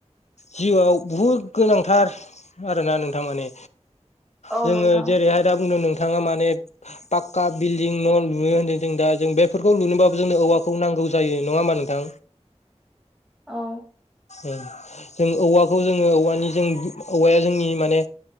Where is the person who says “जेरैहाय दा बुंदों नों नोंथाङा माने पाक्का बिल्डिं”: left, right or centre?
Left